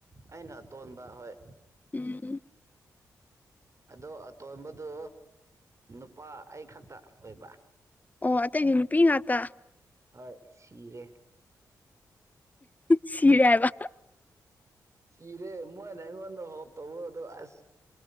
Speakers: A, on the right (about 40°); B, on the left (about 20°).
A: ꯑꯩꯅ ꯑꯇꯣꯟꯕ ꯍꯣꯏ
B: ꯎꯝ
A: ꯑꯗꯣ ꯑꯇꯣꯟꯝꯕꯗꯨ ꯅꯨꯄꯥ ꯑꯩ ꯈꯛꯇ ꯑꯣꯏꯕ
B: ꯑꯣ ꯑꯇꯩ ꯅꯤ ꯄꯤ ꯉꯇ
A: ꯍꯣꯏ ꯁꯤꯤꯔꯦ
B: ꯁꯤꯔꯕ
A: ꯁꯤꯤꯔꯦ ꯃ ꯅꯪꯒꯗ ꯍ ꯇꯕꯣ ꯑꯗꯨꯣ ꯑꯁ